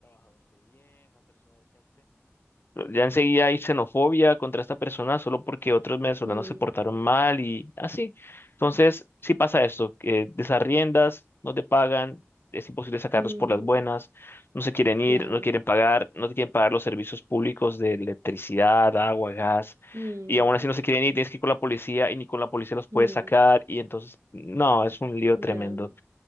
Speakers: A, on the left (about 50°); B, on the right (about 85°).
A: ya enseguida hay xenofobia contra esta persona solo porque otros venezolanos
B: mm,
A: se portaron mal y así. Entonces, sí pasa esto, que desarriendas, no te pagan, es imposible sacarlos
B: mm,
A: por las buenas, no se quieren
B: claro.
A: ir, no quieren pagar, no te quieren pagar los servicios públicos de electricidad, agua, gas,
B: Mm,
A: y aún así no se quieren ir, tienes que ir con la policía y ni con la policía los puedes
B: mm,
A: sacar, y entonces, no, es un lío
B: ya.
A: tremendo.